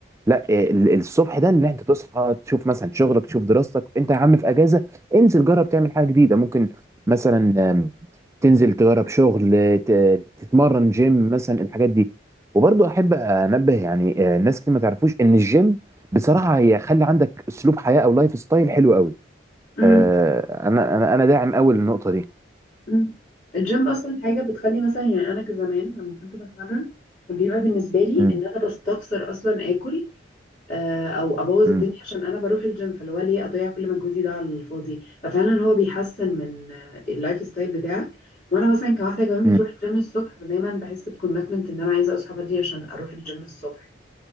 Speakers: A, on the right; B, on the left.
A: لا ال- الصبح ده ان انت تصحى تشوف مثلا شغلك تشوف دراستك انت يا عم في اجازه انزل جرب تعمل حاجه جديده ممكن مثلا آم، تنزل تجرب شغل ت- تتمرن جيم مثلا الحاجات دي وبرضه احب انبه يعني آه، الناس اللي ما تعرفوش ان الجيم بصراحه هي خلي عندك اسلوب حياه او لايف ستايل حلو قوي
B: م-
A: آه،
B: م-
A: انا انا انا داعم قوي للنقطه دي
B: مم. الجيم اصلا حاجه بتخلي مثلا يعني انا كزمان لما كنت بتمرن كان بيبقى بالنسبه لي
A: امم
B: ان انا بستخسر اصلا اكل آه، او ابوظ
A: امم
B: الدنيا عشان انا بروح الجيم فاللي هو ليه اضيع كل مجهودي ده على الفاضي ففعلا هو بيحسن من آه، اللايف ستايل بتاعك وانا مثلا كواحده كمان بتروح
A: امم
B: الجيم الصبح فدايما بحس بكوميتمنت ان انا عايزه اصحى بدري عشان اروح الجيم الصبح